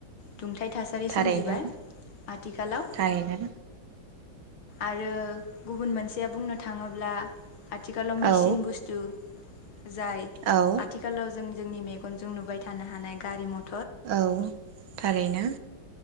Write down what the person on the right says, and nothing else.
थारैनो
थारैनो
औ
औ
औ थारैनो।